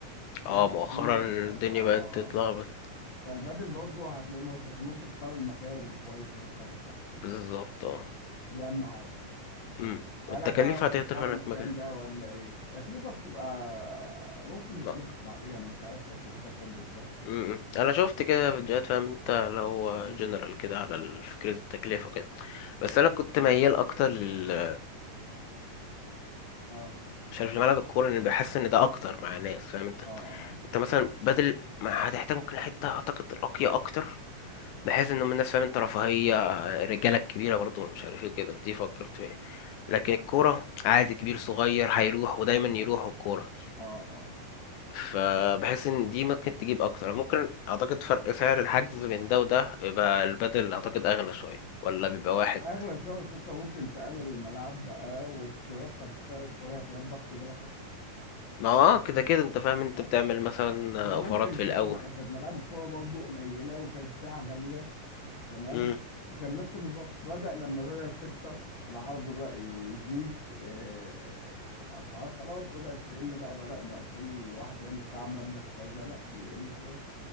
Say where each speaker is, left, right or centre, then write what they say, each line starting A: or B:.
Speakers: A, on the left; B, on the left.
A: ناس
B: اه مؤخرا
A: كتير بتحب
B: الدنيا
A: اه
B: بقت تتلخبط
A: فالبادل برضه هتلاقيه مريح بس ممكن تختار المكان الكويس اللي انت هترتاح فيه
B: بالظبط اه
A: دي اهم حاجه
B: مم.
A: هل
B: والتكاليف
A: هتعرف
B: هتقدر
A: تختار المكان
B: انك مكان
A: ده ولا ايه تكلفه بتبقى ممكن نبقى
B: لا
A: نسأل عليها انا مش عارف تكلفتها كام بالظبط
B: مم. انا شفت كده فيديوهات فاهم انت لو
A: مم.
B: جنرال كده على ال- فكرة التكلفة كده بس انا كنت ميال اكتر لل
A: اه
B: مش عارف لملعب الكوره لان بحس ان ده اكتر مع ناس فاهم انت
A: اه اه
B: انت مثلا بدل ما هتحتاج ممكن حته اعتقد راقيه اكتر بحيث ان هم الناس فاهم انت رفاهيه الرجاله الكبيره برضو مش عارف ايه كده دي فكرت فيها لكن الكوره عادي كبير صغير هيروح ودايما يروح الكوره دي
A: اه اه
B: فبحس ان دي ممكن تجيب اكتر ممكن اعتقد فرق سعر الحجز بين ده وده بيبقى البدل اعتقد اغلى شويه ولا بيبقى
A: هيبقى
B: واحد
A: اغلى شويه بس انت ممكن تعمل الملعب بقى وترخص السعر شويه هتلاقي الضغط جالك اكتر
B: ما هو اه كده كده انت فاهم انت
A: اه
B: بتعمل مثلا
A: زمان
B: اوفرات
A: كان
B: في
A: كانت
B: الاول
A: كانت ملاعب الكوره برضه قليله وكانت الساعه غاليه تمام
B: مم.
A: وكان نفس النظام بدأ لما بدأت تكتر العرض بدأ يزيد آه، الأسعار خلاص بدأت تقل بقى بدأ بقى كل واحد بيعمل ساعة مبلغ كذا لا بيقل شوية